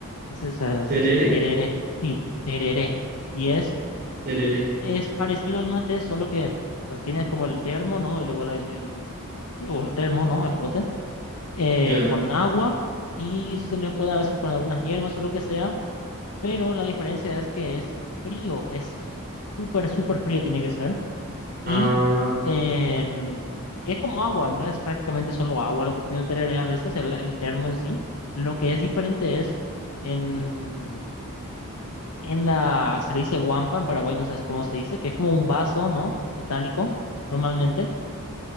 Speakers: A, on the left (about 80°); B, on the right (about 45°).
A: Dice, se, se
B: Terere,
A: dice así, tereré. Sí, tereré. Y es,
B: terere,
A: es parecido al mate, solo que pues, tienes como el termo, ¿no? El, el, el, el- digo, el termo, ¿no? El pote, eh,
B: ya.
A: con agua y se le puede a veces con algunas hierbas o lo que sea, pero la diferencia es que es frío, es súper, súper frío tiene que ser y
B: Ah,
A: em, es como agua, en verdad es prácticamente solo agua lo que tiene el tereré a veces, el, el termo en sí. Lo que es diferente es en, en la, se le dice guampa, en Paraguay no sé cómo se dice, que es como un vaso, ¿no? Metálico, normalmente,